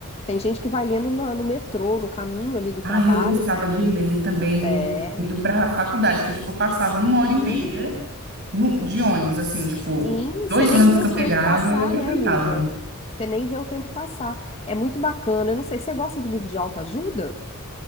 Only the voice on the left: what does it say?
tem gente que vai lendo na- no metrô, no caminho ali do
trabalho,
né? É,
sim.
Sim,
você nem
vê
o
tempo
passar,
né, amiga? Você nem vê o tempo passar. É muito bacana. Eu não sei, você gosta de livro de autoajuda?